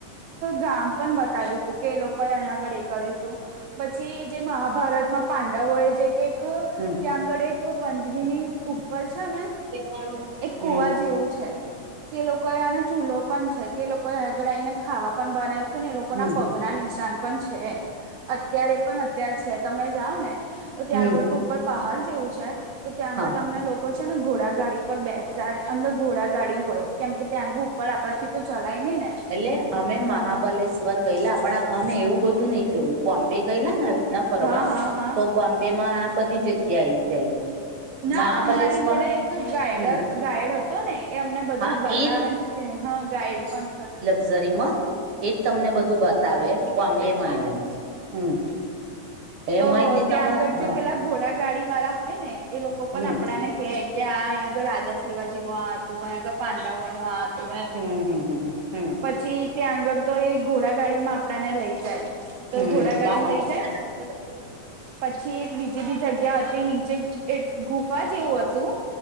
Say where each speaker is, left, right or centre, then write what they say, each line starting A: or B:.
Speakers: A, on the right; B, on the right.
A: ગામ પણ બત કર્યું તું કે એ લોકોએ અહીંયાગળ એ હતું જે મહા ભારતમાં પાંડવો એ જે કે એક
B: હમ
A: ત્યાં આગળ એક પંચગીની ઉપ પર છે ને
B: હમ
A: એક કુવા જેવું છે. કે લોકોએ આને ચૂલો પણ છે કે લોકો આગડ આઈને ખાવા પણ બનાવ્યું તું ને એ લોક
B: હમ
A: અગના નિશાન પણ છે અત્યારે પણ અત્યારે છે તમે જાવ ને તો ત્યાં
B: હમ
A: આગળ તો ઉપર પહાડ જેવું છે તો ત્યાં
B: હા
A: આગળ તમના લોકો છે ને ઘોડા ગાડી પર બેસાડ અંદર ઘોળ ગાડી હોય કેમ કે ત્યાં આંગે ઉપર આપડા થી તો ચલાય નહી ને
B: એટલે અમે મહાબલેશ્વર ગયેલા પણ અમે એવું બધું નઈ જોયું બોમ્બે ગયેલા ને અભી ના ફરવા
A: હા હા હા
B: તો બોમ્બે માં આ બધી જગ્યા આઈ જાય.
A: ના
B: મહાબલેશ્વર
A: અમારી જોડે એક ગાઈડર
B: હમ
A: ગાઈડ હ તો ને એ અમને બધું
B: હા
A: બતાવે
B: એ
A: છે હા ગાઈડ પણ કર
B: ઝરીમા એજ તમને બધું બતાવે બોમ્બે માને. હમ્મ એ
A: તો
B: માહિતી
A: ત્યાં
B: તમાર
A: આગળ
B: હા
A: જે પેલા ઘોડા ગાડી વાળા હોય ને એ લોકો પણ
B: હમ
A: આપડા ને કે કે આંયા આગળ રાજા શીવાજી નું આ હતું પાંડવો નું આ હતું
B: હમ હમ હમ હમ
A: પછી ત્યાં આગળ તો એ ઘોડા ગાડીમાં આપડા ને લઈ જાય તો
B: હમ
A: ઘોડાગાડીમાં
B: વાહ હમ
A: લઈ જાય.
B: <unintelligible>
A: પછી એક બીજી બી જગ્યા હતી નીચે એક ગુફા જેવું હતું